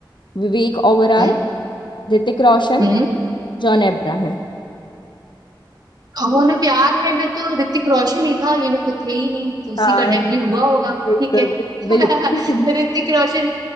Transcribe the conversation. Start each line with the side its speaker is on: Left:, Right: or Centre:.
Left: विवेक ओबराय
Right: हम्म
Left: ऋतिक रोशन
Right: हम्म
Left: जॉन अब्राहम
Right: खबों में प्यार है मैं तो ऋतिक रोशन ही था ये मेरे को थे ही नहीं तो उसी
Left: हाँ
Right: का डेब्यू हुआ होगा
Left: बिल्कुल
Right: ठीक है <laughs>
Left: बिल्कुल
Right: ऋतिक रोशन